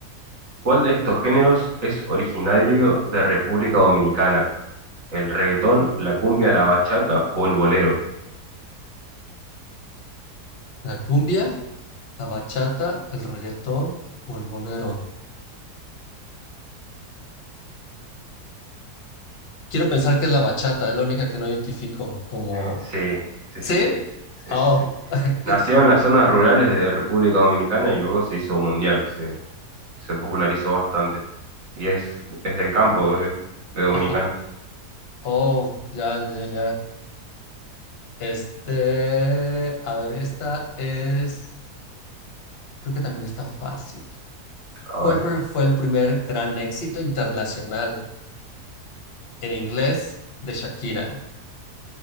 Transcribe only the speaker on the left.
La cumbia. ¿La bachata, el reggaetón o el bolero? Quiero pensar que es la bachata, es la única que no identifico como...
¿Sí?
Oh,
<laughs> es-
Ajá. Oh, ya, ya, ya, ya. Este, a ver, esta es, creo que también está fácil.
¿Cuál
pre- fue el primer gran éxito internacional en inglés de Shakira?